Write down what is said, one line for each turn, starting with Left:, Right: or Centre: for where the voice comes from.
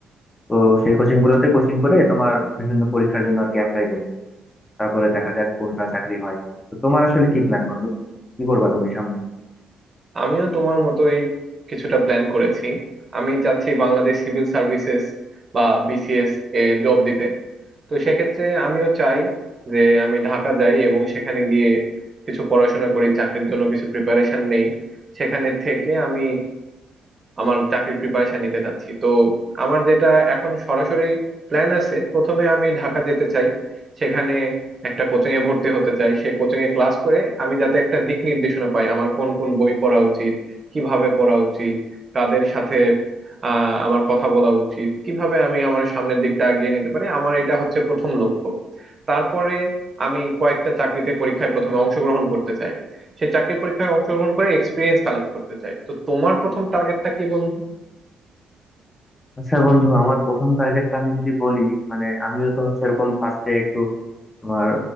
Left: তো সেই কোচিং গুলোতে কোচিং করে তোমার বিভিন্ন পরীক্ষার জন্য আর কি অ্যাপ্লাই করবো তারপরে দেখা যাক কোনটা চাকরি হয় তো তোমার আসলে কি প্ল্যান বন্ধু কি করবা তুমি সামনে
Right: আমিও তোমার মতোই কিছুটা প্ল্যান করেছি আমি চাচ্ছি বাংলাদেশ সিভিল সার্ভিসেস বা বিসিএস এ জব দিতে তো সেক্ষেত্রে আমিও চাই যে আমি ঢাকা যাই এবং সেখানে গিয়ে কিছু পড়াশোনা করি চাকরির জন্য কিছু প্রিপারেশন নেই সেখানে থেকে আমি আমার চাকরির প্রিপারেশন নিতে চাচ্ছি তো আমার যেটা এখন সরাসরি প্ল্যান আছে প্রথমে আমি ঢাকা যেতে চাই সেখানে একটা কোচিং এ ভর্তি হতে চাই সেই কোচিং এ ক্লাস করে আমি যাতে একটা দিক নির্দেশনা পাই আমার কোন কোন বই পড়া উচিত কিভাবে পড়া উচিত কাদের সাথে আহ আমার কথা বলা উচিত কিভাবে আমি আমার সামনের দিকটা এগিয়ে নিতে পারি আমার এটা হচ্ছে প্রথম লক্ষ্য তারপরে আমি কয়েকটা চাকরিতে পরীক্ষায় প্রথমে অংশগ্রহণ করতে চাই সে চাকরি পরীক্ষায় অংশগ্রহণ করে এক্সপিরিয়েন্স কালেক্ট করতে চায় তো তোমার প্রথম টার্গেটটা কি বন্ধু
Left: আচ্ছা বন্ধু আমার প্রথম টার্গেটটা আমি যদি বলি মানে আমিও তো হচ্ছে এরকম ফার্স্টে একটু তোমার